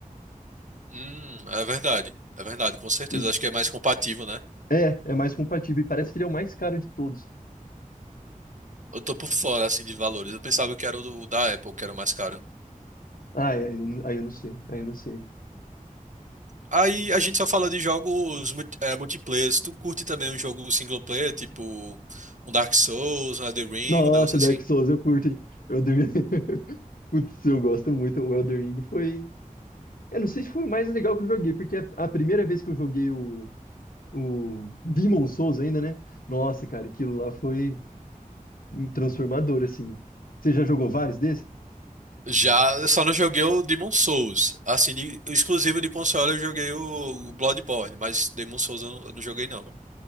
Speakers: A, on the right (about 60°); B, on the left (about 80°).
A: Hum, é verdade. É verdade, com certeza.
B: E
A: Acho que é mais compatível, né?
B: é, é mais compatível. E parece que ele é o mais caro de todos.
A: Eu tô por fora, assim, de valores. Eu pensava que era o do- da Apple, que era o mais caro.
B: Ah, é, aí eu, não aí eu não sei, aí eu não sei.
A: Aí a gente só fala de jogos multi- é, multiplayer. Tu curte também um jogo single player, tipo um Dark Souls, um Elden Ring,
B: Nossa,
A: um negócio assim?
B: Dark Souls, eu curto, hein? Eu devia- <laughs> Putz, eu gosto muito. O Elden Ring foi. Eu não sei se foi o mais legal que eu joguei, porque a, a primeira vez que eu joguei o, o Demon Souls ainda, né? Nossa, cara, aquilo lá foi. transformador, assim. Você já jogou vários desses?
A: Já, eu só não joguei o Demon Souls. Assim, de, exclusivo de console eu joguei o, o Bloodborne, mas Demon Souls eu não, eu não joguei não.